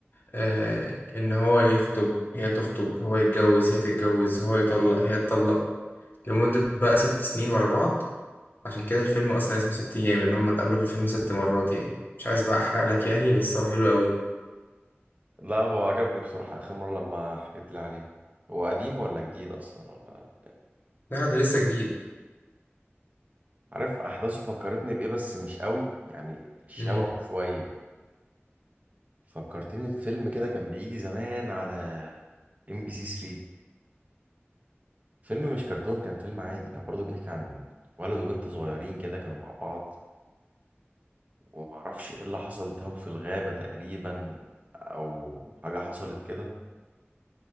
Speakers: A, on the left (about 45°); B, on the right (about 35°).
A: آه إن هو يخطب هي تخطب هو يتجوز هي تتجوز هو يطلق هي تطلق لمدة بقى ست سنين ورا بعض عشان كده الفيلم أصلا اسمه ست أيام إن هما اتقابلوا في الفيلم ست مرات يعني مش عايز بقى أحرق لك يعني بس هو حلو أوي
B: لا هو عجبني بصراحه اخر مره لما حكيت لي عليه هو قديم ولا جديد اصلا ولا
A: لا ده لسه جديد
B: عارف احداثه فكرتني بايه بس مش قوي يعني شبهه
A: مم.
B: شويه فكرتني بفيلم كده كان بيجي زمان على ام بي سي ثلاثة، فيلم مش كرتون كان فيلم عادي كان برضو بيحكي عن ولد وبنت صغيرين كده كانوا مع بعض ومعرفش ايه اللي حصل تاهوا في الغابة تقريبا او حاجة حصلت كده